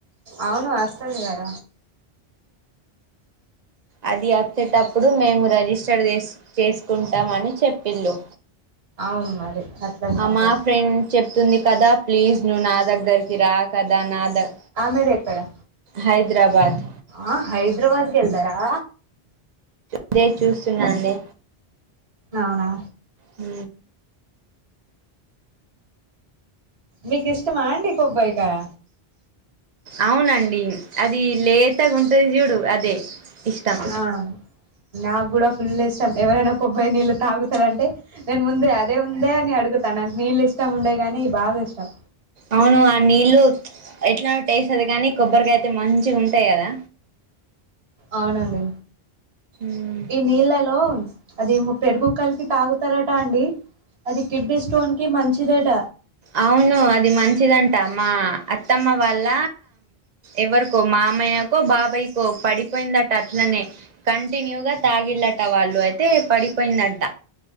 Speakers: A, on the right; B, on the right.
A: అవును వస్తుస్తది గద
B: అది వచ్చేటప్పుడు మేము రిజిస్టర్ చేస్ చేసుకుంటాం అని చెప్పిల్ళు
A: ఔను మరి అట్లనే ఉంటది
B: మా ఫ్రెండ్ చెప్తుంది కదా ప్లీజ్ నువ్వు నా దగ్గరికి రా కదా నా ద
A: ఆమెదేకడా
B: హైదరాబాద్
A: ఆ హైదరాబాద్ గెల్దారా
B: అదే చూస్తున్నాండి
A: అవునా
B: హ
A: మీకు ఇష్టమా అండి కొబ్బరికాయ
B: అవునండి అది లే తాగా ఉంటది చూడు అదే ఇష్టం
A: ఆ నాకు కూడా ఫుల్ ఇష్టం ఎవరైనా కొబ్బై నీళ్ళు తాగుతారంటే నేను ముందే అదే ఉందే అని అడుగుత త నకు నీళ్ళు ఇష్టం ఉండదు గానీ బాగిష్టం
B: అవును ఆ నీళ్ళు ఎట్లా టేస్ది కానీ కొబ్బరికాయ అయితే మంచిగా ఉంటాయి కదా
A: అవునండి
B: మ్
A: ఈ నీళ్ళలో అదేమో పెరుగుకల్పి తాగుతారటా అండి అది కిడ్నీ స్టోన్కి మంచిదాట
B: అవును అది మంచిదంట మా అత్తమ్మ వాళ్ళ ఎవరికో మామయ్యకో బాబాయ్యకో పడిపోయిందట్టు అట్లనే కంటిన్యూగా తాగిళ్లట వాళ్ళు అయితే పడిపోయిందట